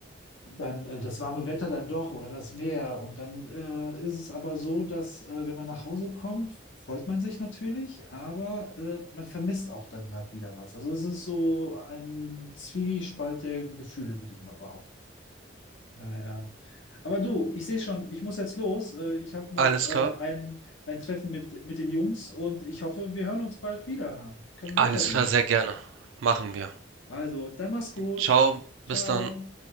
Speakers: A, on the left; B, on the right.
A: dann äh, das warme Wetter dann doch oder das Meer. Und dann äh, ist es aber so, dass äh, wenn man nach Hause kommt, freut man sich natürlich, aber äh, man vermisst auch dann halt wieder was. Also es ist so ein Zwiespalt der Gefühle, würde ich mal behaupten. Daher. Aber du, ich sehe schon, ich muss jetzt los. Äh, Ich habe noch
B: Alles
A: äh,
B: klar.
A: ein, ein Treffen mit, mit den Jungs und ich hoffe, wir hören uns bald wieder. Können
B: Alles
A: weiterreden.
B: klar, sehr gerne. Machen wir.
A: Also, dann mach's gut.
B: Ciao,
A: Ciao.
B: bis dann.